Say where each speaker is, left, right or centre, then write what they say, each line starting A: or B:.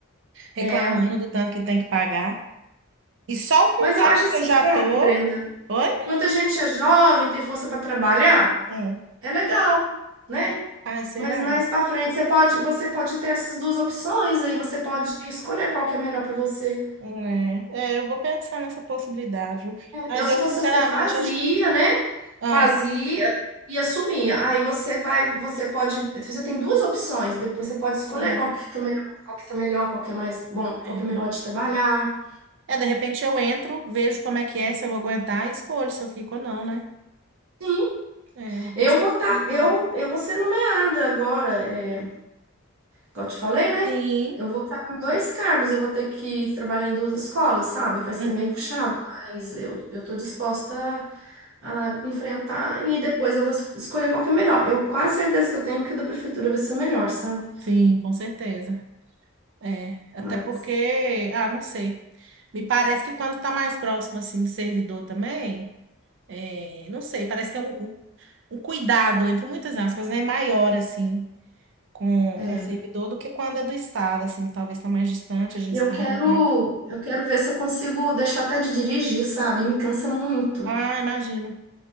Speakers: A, on the right; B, on the right.
A: reclamando
B: É.
A: do tanto que tem que pagar. E só com
B: Mas
A: o cargo
B: eu acho assim,
A: que eu já
B: sabe,
A: tô.
B: Brenda?
A: Oi?
B: Muita gente é jovem, tem força para trabalhar,
A: Hum.
B: é legal, né?
A: Ai, será?
B: Mas mais para frente, você pode, você pode ter essas duas opções aí, você pode escolher qual que é melhor para você.
A: Hum, É. É, eu vou pensar nessa possibilidade. viu? Mas
B: Eu,
A: eu,
B: se fosse
A: sinceramente,
B: você, fazia,
A: acho que.
B: né?
A: Ah,
B: Fazia e assumia. Aí você vai, você pode, você tem duas opções, depois você pode escolher
A: sim.
B: qual que fica melhor, qual que tá melhor, qual que é mais bom, qual
A: É.
B: que é melhor de trabalhar.
A: É, de repente eu entro, vejo como é que é, se eu vou aguentar e escolho se eu fico ou não, né?
B: Sim,
A: É uma
B: eu
A: possibilidade
B: vou estar, eu,
A: mesmo.
B: eu vou ser nomeada agora. É, Como eu te falei, né?
A: Sim.
B: Eu vou estar com dois cargos, eu vou ter que trabalhar em duas escolas, sabe? Vai ser
A: Uhum.
B: bem puxado, mas eu, eu tô disposta a enfrentar e depois eu vou escolher qual que é melhor. Eu quase certeza que eu tenho que o da prefeitura vai ser melhor, sabe?
A: Sim, com certeza. É,
B: Mas
A: até porque, ah, não sei. Me parece que quando tá mais próximo, assim, do servidor também, é, não sei, parece que tem um, um um cuidado, entre muitas aspas, né, maior, assim, com,
B: é.
A: com o servidor do que quando é do Estado, assim, que talvez tá mais distante a gestão,
B: E eu quero,
A: tá?
B: eu quero ver se eu consigo deixar até de dirigir, sabe? Me cansa muito.
A: Ah, imagino,